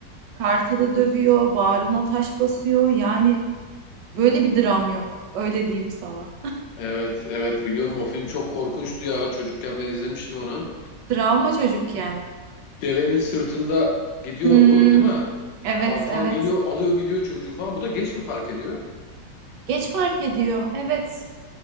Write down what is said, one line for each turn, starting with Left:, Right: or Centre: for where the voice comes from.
Right: Kartalı dövüyor, bağrına taş basıyor. Yani böyle bir dram yok. Öyle diyeyim sana.
Left: Evet evet biliyorum o film çok korkunçtu ya. Çocukken ben izlemiştim onu.
Right: Travma çocukken.
Left: Devenin sırtında gidiyor
Right: Hmm,
Left: bu değil mi?
Right: evet
Left: Kartal
Right: evet.
Left: geliyor alıyor gidiyor çocuğu falan. Bu da geç mi fark ediyor?
Right: Geç fark ediyor. Evet.